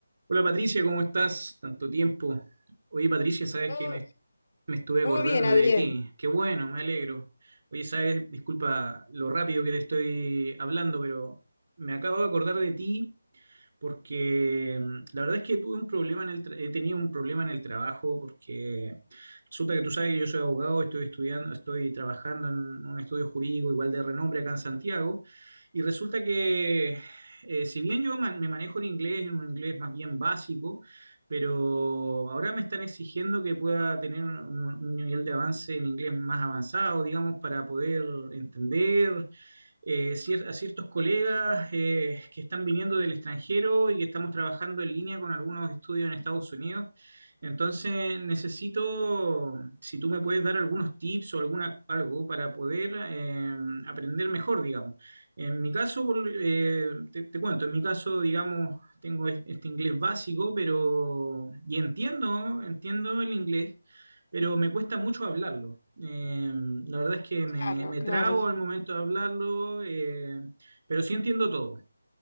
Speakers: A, on the right; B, on the left.
A: Hola Patricia, ¿cómo estás? Tanto tiempo. Oye Patricia, sabes
B: Todo,
A: que me, me estuve
B: todo
A: acordando
B: bien, Adrián.
A: de ti. Qué bueno, me alegro. Oye, sabes, disculpa lo rápido que te estoy hablando, pero me acabo de acordar de ti porque mm, la verdad es que tuve un problema en el, tra- he tenido un problema en el trabajo porque resulta que tú sabes que yo soy abogado, estoy estudiando, estoy trabajando en un estudio jurídico igual de renombre acá en Santiago y resulta que eh, si bien yo man- me manejo en inglés, en un inglés más bien básico, pero ahora me están exigiendo que pueda tener un, un nivel de avance en inglés más avanzado, digamos, para poder entender eh, cier- a ciertos colegas eh, que están viniendo del extranjero y que estamos trabajando en línea con algunos estudios en Estados Unidos. Entonces, necesito, si tú me puedes dar algunos tips o alguna, algo para poder eh, aprender mejor, digamos. En mi caso, por- eh, te, te cuento, en mi caso, digamos, tengo es- este inglés básico, pero, y entiendo, entiendo el inglés pero me cuesta mucho hablarlo. Eh, la verdad es que me,
B: Claro,
A: me
B: claro.
A: trabo al momento de hablarlo, eh, pero sí entiendo todo.